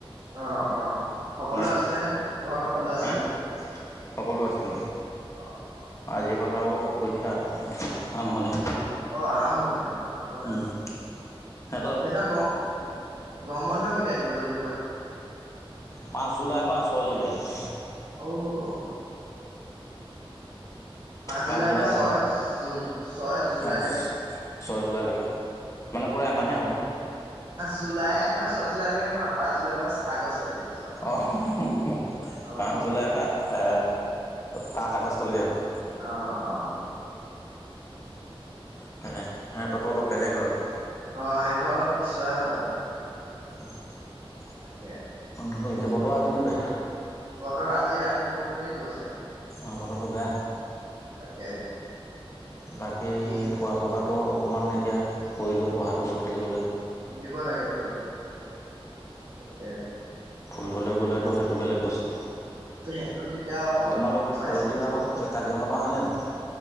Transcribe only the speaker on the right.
অ', অ' সকলো আছিলে
নে ঘৰত সকলো আছিলে?
অ', অ',
অ', আৰম্ভণি আমাৰ খতমে
হ'ল।
তেহঁতক গম গৰম বন্ধ কেতিয়া দিব যদি
<unintelligible>
অও
জুলাইৰ
পৰা ছয়
জুন ছয় জুলাইলৈকে?
জুলাই বা ছয় জুলাইলৈকে নহয় পাঁচ জুলাই বা আগষ্টলৈকে। ছয়
অ',
অ',
আহ, আহ।
অ', সিহঁতো অলপ পিছোৱা হয় আৰু
তাকে।
বতৰৰ আজি ৰাতি বৰষুণেই দিব চাগে।
তাকে
কি
দিব লাগে দিব লাগে তাকে।
সেইটো তেতিয়া অলপ
চাই
চিতি